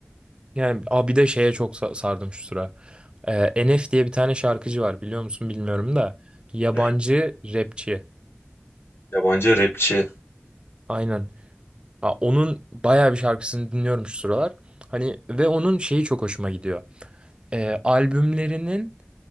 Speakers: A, on the right (about 25°); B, on the left (about 60°).
A: Yani abi bir de şeye çok sa- sardım şu sıra. Ee, NF diye bir tane şarkıcı var biliyor musun bilmiyorum da. Yabancı
B: Ee,
A: rapçi.
B: Yabancı rapçi.
A: Aynen. Ha, onun bayağı bir şarkısını dinliyorum şu sıralar. Hani ve onun şeyi çok hoşuma gidiyor. Ee, albümlerinin